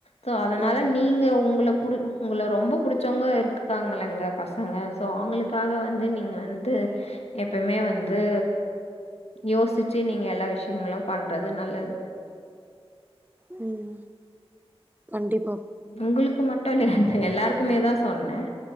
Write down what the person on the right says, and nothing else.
ம்
ம் கண்டிப்